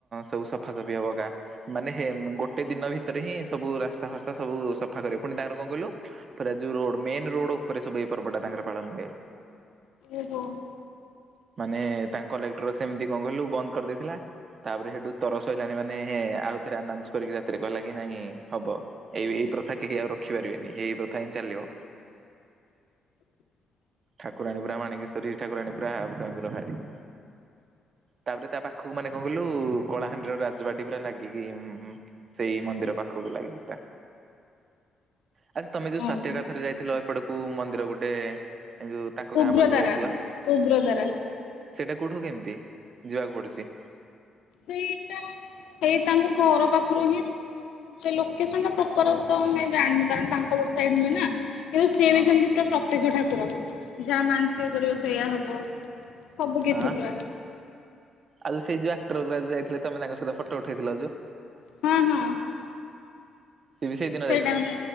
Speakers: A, on the right; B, on the left.
A: ସବୁ ସଫାସଫି ହବ ଗାଁ। ମାନେ ହେ ଗୋଟେ ଦିନ ଭିତରେ ହିଁ ସବୁ ରାସ୍ତା ଫାସ୍ତା ସବୁ ସଫା କରେ, ପୁଣି ତାଙ୍କର କଣ କହିଲୁ ଫେରେ ଯୋଉ ରୋଡ ମେନ ରୋଡ ଉପରେ ସବୁ ଏଇ ପର୍ଵ ଟା ତାଙ୍କର ପାଳନ ହୁଏ।
B: ଓହୋ।
A: ମାନେ ତାଙ୍କ କଲେକ୍ଟର ସେମିତି କଣ କହିଲୁ ବନ୍ଦ କରିଦେଇଥିଲା। ତାପରେ ସେଠୁ ତରସ ହେଲାଣି ମାନେ ଆଉଥରେ ଆନାଉସ କରିକି ରାତି କହିଲା କି ନାଇଁ ହବ। ଏଇ ଏଇ ପ୍ରଥା କେହି ଆଉ ରଖିପାରିବେନି ଏଇ ପ୍ରଥା ଏମିତି ଚାଲିବ। ଠାକୁରାଣୀ ପରା ମାଣିକେଶ୍ୱରୀ ଠାକୁରାଣୀ ପୁରା ଭ ୟଙ୍କର ଭାରି। ତାପରେ ତା ପାଖକୁ ମାନେ କଣ କଇଲୁ କଳାହାଣ୍ଡିର ରାଜବାଟି ପୁରା ଲାଗିକି ମ ସେଇ ମନ୍ଦିର ପାଖକୁ ଲାଗିିକି ପୁରା। ଆରେ ତମେ ଯୋଉ ସ୍ଵାତି
B: ଓହୋ
A: ହରିକା ଥରେ ଯାଇଥିଲ ଏପଟେ କୋଉ ମନ୍ଦିର ଗୋଟେ ଏ ଯୋଉ ତାଙ୍କ ଗାଁ
B: ଉଗ୍ରତାରା,
A: ପଟକୁ ଯାଇଥିଲ
B: ଉଗ୍ରତାରା।
A: ସେଇଟା କୋଉଠୁ କେମିତି ଯିବାକୁ ପଡୁଛି।
B: ସେଇଟା। ହେଇ ତାଙ୍କ ଘର ପାଖରୁ ହିଁ। ସେଇ ଲୋକେସନ ଟା ପ୍ରପର ଉତ୍ତ ଆମେ ଜାଣିପାରୁନୁ କାରଣ ତାଙ୍କ ପଟ ସାଇଡ ନୁହେଁ ନା। କିନ୍ତୁ ସିଏ
A: ହଁ
B: ବି ସେମିତି ପୁରା ପ୍ରତ୍ୟକ୍ଷ ଠାକୁର ଯାହା ମାନସିକ କରିବ ସେୟା ହବ। ସବୁ କିଛି
A: ଆଁ?
B: ପୁରା।
A: ଆଉ ଯୋଉ ସେଇ ଯୋଉ ଆକ୍ଟର ଗୁଡା ଯାଇଥିଲେ ତମେ ତାଙ୍କ ସହିତ ଫଟ ଉଠେଇଥିଲ ଯୋଉ।
B: ହ, ହ।
A: ସେ ବି ସେଇ ଦିନ ଯାଇଥିଲେ।
B: ଟାଇମରେ